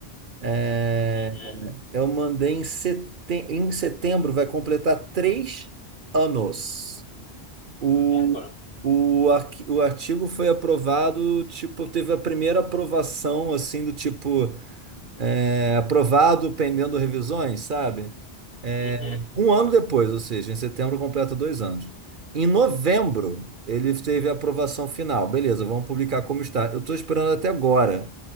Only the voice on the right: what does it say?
É,
eu mandei em, sete, em setembro, vai completar três anos. O,
o, arqui- o artigo foi aprovado, tipo, teve a primeira aprovação, assim, do tipo, é, aprovado pendendo revisões, sabe? É,
um ano depois, ou seja, em setembro completa dois anos. Em novembro, ele teve a aprovação final. Beleza, vamos publicar como está. Eu estou esperando até agora.